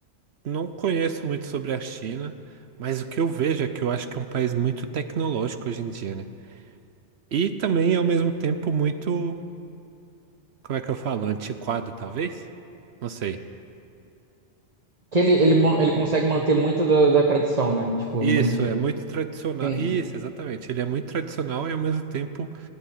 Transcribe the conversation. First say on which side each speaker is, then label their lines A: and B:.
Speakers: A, on the right (about 65°); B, on the right (about 35°).
A: não conheço muito sobre a China, mas o que eu vejo é que eu acho que é um país muito tecnológico hoje em dia, né? E também, ao mesmo tempo, muito, como é que eu falo? Antiquado, talvez? Não sei.
B: Que ele, ele, man- ele consegue manter muito da, da tradição, né? Tipo,
A: Isso,
B: muito.
A: é muito tradicional.
B: Sim.
A: Isso, exatamente. Ele é muito tradicional e, ao mesmo tempo,